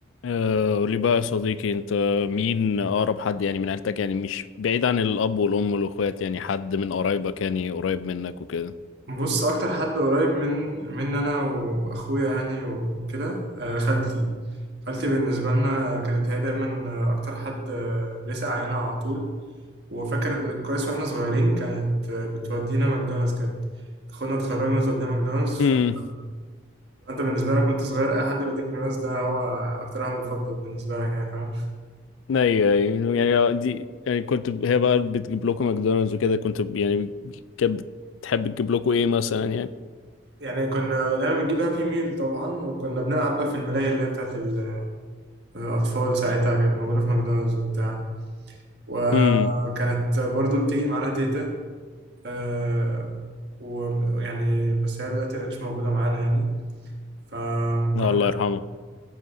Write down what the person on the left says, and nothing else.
آه، قولي بقى يا صديقي انت مين اقرب حد يعني من عيلتك يعني مش بعيد عن الاب والام والاخوات يعني حد من قرايبك يعني قريب منك وكده
امم
ايوه أيوة. يعني دي يعني كنت ب- هي بقى بتجيب لكم ماكدونالدز وكده كنت ب- يعني كانت بتحب تجيب لكم ايه مثلا يعني
امم
لا الله يرحمه